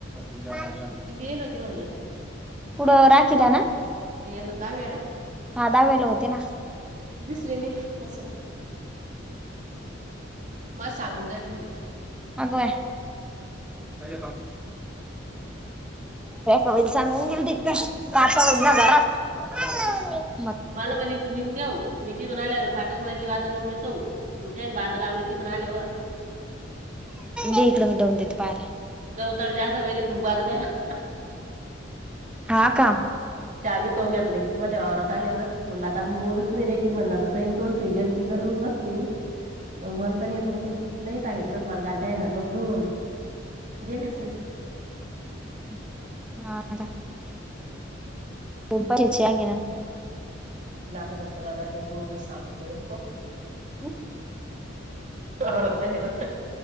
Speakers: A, in the centre; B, on the right.
A: पाणी
B: येल होती म्हणलं
A: पुढं राखला ना
B: ह्याला दाव हेला-
A: हा दहावी ला होते ना
B: दिसले नाही असं मला सांगून जायल ते ना
A: आगबाय अरे कबित सांगू <inaudible> दिक कासा हो ना घरात माहातारा
B: माला म्हणे तू निेदेव मी तिथून आल्या पाठश शतली वादा लवुन येतो हो त्यायन बाद लावले तिथून आल्यावर
A: दे इकडं मी देऊन देते पाहेला
B: तर जात होयेलेत मुबात तेयना
A: हा का
B: चावी खऊून घेतले की तु माझ्या वावरात आल्यावर म्हणला आता आपण बोलूच नाही रेखील म्हणला आता चेन तोडसुई गलती करून बसते मी बोलता नाई येत ना काही नाही सांगितलं मला काल त्याईना नको घेऊ म्हणे गेले सु
A: <inaudible> तुप चर्चेगे
B: ता बदरर त तू सांगतो
A: <inaudible>
B: वावरात आल्यावर